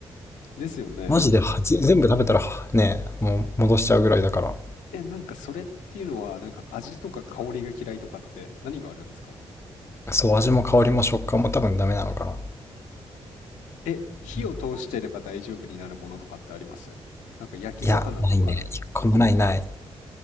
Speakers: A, on the left (about 90°); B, on the left (about 20°).
A: ですよね。
B: マジではじ全部食べたらね、もう戻しちゃうぐらいだから。
A: え、なんかそれっていうのは、なんか味とか香りが嫌いとかって何があるんですか
B: そう、味も香りも食感も多分ダメなのかな。
A: え、火を通してれば大丈夫になるものとかってありますなんか焼き魚とかな。
B: うんいや、ないね。一個もないない。